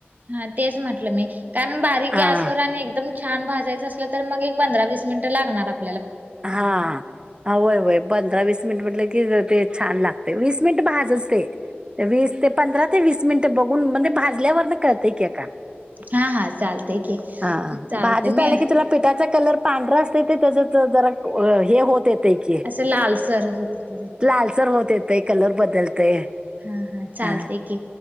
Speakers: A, on the right; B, on the right.
A: हा तेच म्हटलं मी कारण बारीक
B: हा
A: गॅसवर आणि एकदम छान भाजायचं असलं तर मग एक पंधरा वीस मिनिट लागणार आप
B: हा वय वय पंधरा वीस मिनिट म्हटलं की ते छान लागत वीस मिनिट भाजच ते वीस ते पंधरा ते वीस मिनिट ते बघून म्हणजे भाजल्यावरन कळतय की आत्ता
A: हा हा चालतय की.
B: हा
A: चालते
B: भाजत
A: मी
B: आलं की तुला पिठाचा कलर पांढरा असत ते त्यातच जरा हे होत ते की
A: असं लालसर होत ते
B: लालसर होत येतय कलर बदलतय
A: हा हा चालते
B: अ
A: की